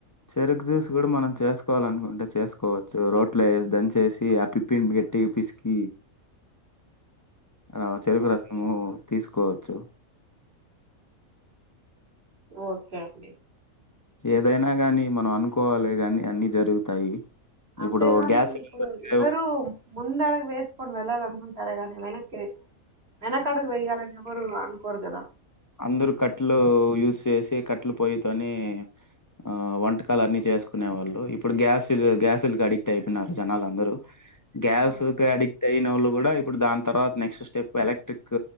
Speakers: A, on the left (about 25°); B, on the right (about 45°).
A: చెరకు జ్యూస్ గుడా మనం చేస్కోవాలనుకుంటే చేస్కోవచ్చు రోట్ల వేసి దంచేసి ఆ పిప్పి గట్ ట్టిగ పిస్కి అ చెరుకు
B: ఓకే
A: రసము తీస్కోవచ్చు
B: ఓకే అండి
A: ఏదైనా గాని మనం అనుకోవాలే గని అన్ని జరుగుతాయి
B: అంతేగాని
A: ఇప్పుడు గ్యాస్ సిలిండర్
B: ఇప్పుడు
A: లేవు
B: ఎవరు ముందడుగు వేస్కొని వెళ్ళాలనుకుంటారే గాని వెనక్ కె వెనకడుగు వెయ్యాలని ఎవ్వరు అనుకోరు గదా
A: అందరు కట్టలు యూస్ చేసి కట్టలు పోయితోని ఆ వంటకాలన్ని చే చేస్కునే వాళ్ళు ఇప్పుడు గ్యాస్ గ్యాస్ లకి అడిక్ట్ అయిపోయిన్నారు జనలందరూ గ్యాస్
B: అవును
A: కు అడిక్ట్ అయినోళ్ళు గుడా ఇప్పుడు దాన్ తర్వాత next step electric